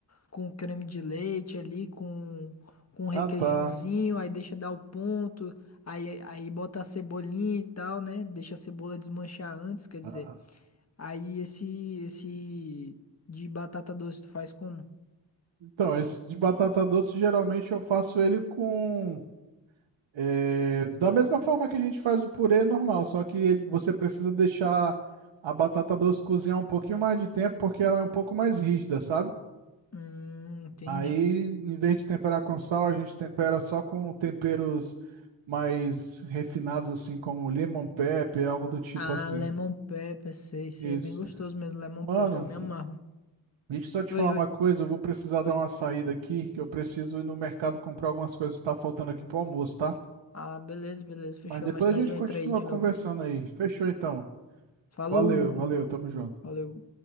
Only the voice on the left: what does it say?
com creme de leite ali, com, com um requeijãozinho,
aí deixa dar o ponto, aí, aí bota a cebolinha e tal, né? Deixa a cebola desmanchar antes, quer dizer.
Aí esse, esse de batata doce tu faz como?
Hum, entendi.
Ah,
lemon pepper, sei, sei,
é bem gostoso mesmo, lemon
pepper, eu me amarro.
Oi,
oi,
oi.
Ah, beleza, beleza, fechou,
mais tarde
eu
entro aí de
novo.
Falou,
valeu.